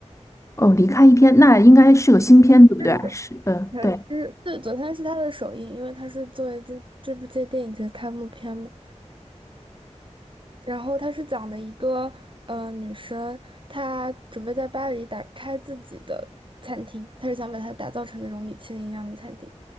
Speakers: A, on the left; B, on the right.
A: 哦，离开一天，那应该是个新片，对不对？
B: 真的，
A: 是，嗯，
B: 李承之。
A: 对，
B: 对，昨天是他的首映，因为他是作为这这部这电影节的开幕片嘛。然后他是讲的一个呃女生，她准备在巴黎打开自己的餐厅，她是想把它打造成那种米其林一样的餐厅。